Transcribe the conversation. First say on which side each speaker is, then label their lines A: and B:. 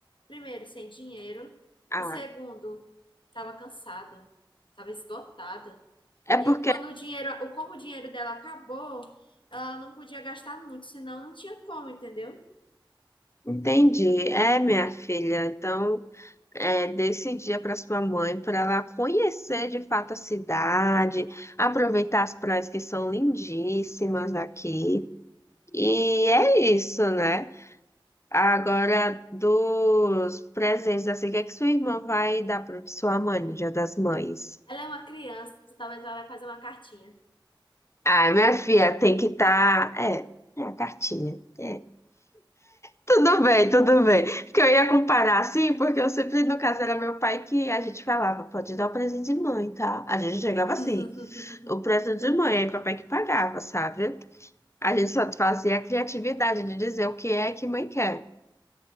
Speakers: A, on the left (about 70°); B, on the left (about 30°).
A: primeiro, sem dinheiro
B: Ah,
A: e, segundo, tava cansada, tava esgotada.
B: é
A: E
B: porque,
A: quando o dinheiro, o- como o dinheiro dela acabou, ela não podia gastar muito, senão não tinha como, entendeu?
B: entendi, é minha filha, então. é, desse dia para sua mãe, para ela conhecer de fato a cidade, aproveitar as praias que são lindíssimas aqui. E é isso, né? Agora, dos presentes, assim, o que é que sua irmã vai dar para sua mãe no Dia das Mães?
A: Ela é uma criança, talvez ela vai fazer uma cartinha.
B: Ai, minha filha, tem que estar. É, é a cartinha. É. Tudo bem, tudo bem. Porque eu ia comparar assim, porque eu sempre, no caso, era meu pai que a gente falava, pode dar o presente de mãe, tá? A gente chegava assim.
A: <laughs>
B: O preço de mãe, aí papai que pagava, sabe? A gente só fazia a criatividade de dizer o que é que mãe quer.